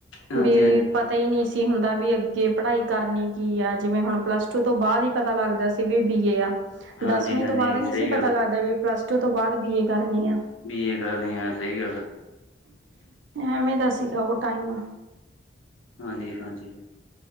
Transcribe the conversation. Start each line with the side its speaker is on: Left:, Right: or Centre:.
Left: ਹਾਂਜੀ
Right: ਬੀ
Left: ਹਾਂਜੀ
Right: ਪਤਾ ਈ ਨੀ ਸੀ ਹੁੰਦਾ ਵੀ ਅੱਗੇ ਪੜਾਈ ਕਰਨੀ ਕੀ ਐ। ਜਿਵੇਂ ਹੁਣ ਪਲੱਸ ਟੂ ਤੋਂ ਬਾਦ ਈ ਪਤਾ ਲੱਗਦਾ ਸੀ ਬੀ ਬੀ ਏ ਆ
Left: ਹਾਂਜੀ
Right: ਦਸਵੀਂ
Left: ਹਾਂਜੀ
Right: ਤੋਂ ਬਾਦ ਨੀ
Left: ਸਹੀ
Right: ਸੀ ਪਤਾ
Left: ਗੱਲ
Right: ਲੱਗਦਾ ਵੀ ਪਲੱਸ ਟੂ ਤੋਂ ਬਾਦ ਬੀ ਏ ਕਰਨੀ ਆ।
Left: ਬੀ ਏ ਕਰਨੀ ਆਂ ਸਹੀ ਗੱਲ
Right: ਐਵੇਂ ਦਾ ਸੀਗਾ ਉਹ ਟਾਈਮ।
Left: ਹਾਂਜੀ- ਹਾਂਜੀ।